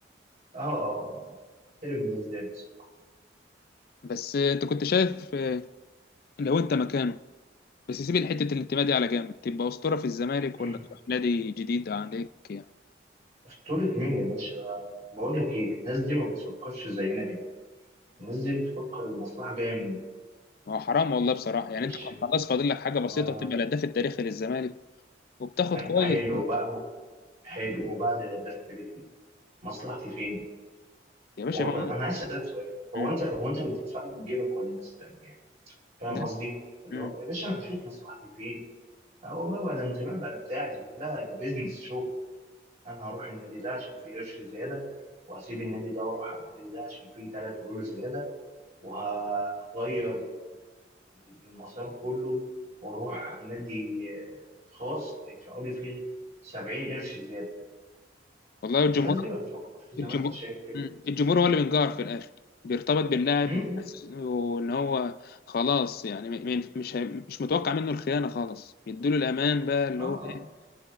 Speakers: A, on the right; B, on the left.
A: آه آه احترم الناس دي بس
B: بس انت كنت شايف آه، لو انت مكانه بس سيب حته الانتماء دي على جنب تبقى اسطوره في الزمالك
A: مم.
B: ولا تروح نادي جديد عليك يعني
A: أسطورة مين يا باشا؟ بقول لك إيه الناس دي ما بتفكرش زينا كده الناس دي بتفكر المصلحة جاية منين
B: ما هو حرام والله بصراحه يعني
A: معلش
B: انت كان خلاص فاضل لك حاجه بسيطه
A: هو
B: وتبقى الهداف التاريخي للزمالك وبتاخد كويس
A: حلو بقى حلو وبعد الهداف التاريخي مصلحتي فين؟
B: يا باشا
A: هو
B: ما
A: انا عايز اسالك سؤال هو
B: مم.
A: انت هو انت اللي بتدفع له من جيبك ولا الناس التانية يعني فاهم
B: ده-
A: قصدي؟ اللي
B: مم.
A: هو يا باشا انا بشوف مصلحتي فين؟ هو بقى ولا انتماء ولا بتاع دي كلها ده بيزنس شغل انا هروح النادي ده عشان فيه قرش زياده وهسيب النادي ده واروح على النادي ده عشان فيه ثلاث قرور زياده وهغير المسار كله واروح نادي خاص هيدفعوا لي فيه 70 قرش زياده
B: والله الجمهور
A: الناس دي ما بتفكرش زي
B: الجمهور
A: ما انت شايف كده
B: مم. الجمهور هو اللي بينقهر في الاخر بيرتبط باللاعب
A: امم
B: بحس- وان هو خلاص يعني م- م- مش هي- مش متوقع منه الخيانه خالص يدوله الامان بقى اللي
A: اه آه.
B: هو ايه